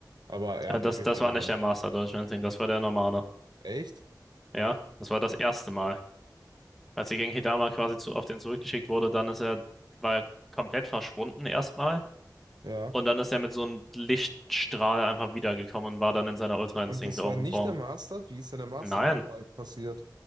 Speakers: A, on the right (about 80°); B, in the centre.
A: Aber er
B: Ja,
A: hat
B: das,
A: auf jeden
B: das
A: Fall
B: war
A: diese.
B: nicht der Master Deutschland das war der normale.
A: Echt?
B: Ja, das war das erste Mal. Als die Genkidama quasi zu, auf den zurückgeschickt wurde, dann ist er, war er komplett verschwunden erstmal.
A: Ja.
B: Und dann ist er mit so einem Lichtstrahl einfach wiedergekommen und war dann in seiner Ultra
A: Und
B: Instinct
A: das
B: oben
A: war nicht
B: Form.
A: der Master. Wie ist denn der Master
B: Nein,
A: nochmal passiert?